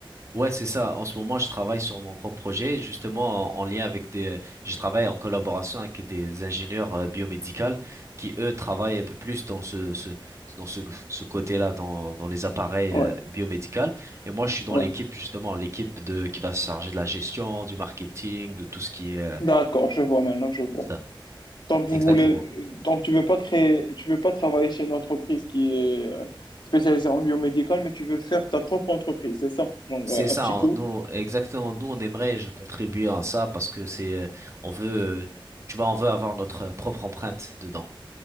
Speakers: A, on the right (about 35°); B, on the left (about 60°).
A: Ouais, c'est ça. En ce moment, je travaille sur mon propre projet, justement en, en lien avec des. Je travaille en collaboration avec des ingénieurs euh, biomédicaux qui, eux, travaillent un peu plus dans ce, ce dans ce, ce côté-là, dans, dans les appareils
B: Ouais,
A: euh, biomédicaux. Et moi, je suis dans
B: ouais.
A: l'équipe justement, l'équipe de qui va se charger de la gestion, du marketing, de tout ce qui est euh,
B: D'accord, je vois maintenant, je vois.
A: ça.
B: Donc vous
A: Exactement.
B: voulez, donc tu veux pas créer, tu veux pas travailler chez une entreprise qui est euh, spécialisée en biomédical, mais tu veux faire ta propre entreprise, c'est ça? Genre
A: C'est
B: euh, un
A: ça.
B: petit
A: hein.
B: coup.
A: Nous, exactement. Nous, on aimerait je, contribuer à ça parce que c'est, euh, on veut, euh, tu vois, on veut avoir notre propre empreinte dedans.